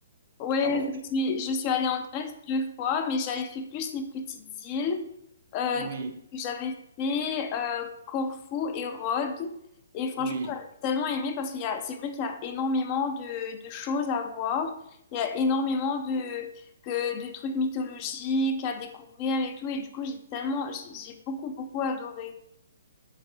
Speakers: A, on the left (about 35°); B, on the right (about 60°).
A: Ouais,
B: Alors, tu-
A: je suis, je suis allée en Grèce deux fois, mais j'avais fait plus les petites îles. Euh,
B: oui,
A: donc, j'avais fait euh, Corfou et Rhodes. Et franchement,
B: oui.
A: j'avais tellement aimé parce qu'il y a, c'est vrai qu'il y a énormément de, de choses à voir. Il y a énormément de, que, de trucs mythologiques à découvrir et tout. Et du coup, j'ai tellement, j'ai j'ai beaucoup, beaucoup adoré.